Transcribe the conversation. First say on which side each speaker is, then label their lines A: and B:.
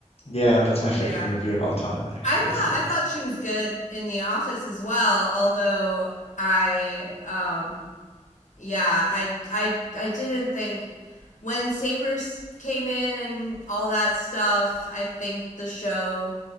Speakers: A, on the left; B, on the left.
A: yeah. That's my favorite
B: Yeah.
A: movie of all time, actually.
B: I thought
A: So
B: I
A: it's.
B: thought she was good in The Office as well, although I um yeah, I I I didn't think when Sabers came in and all that stuff, I think the show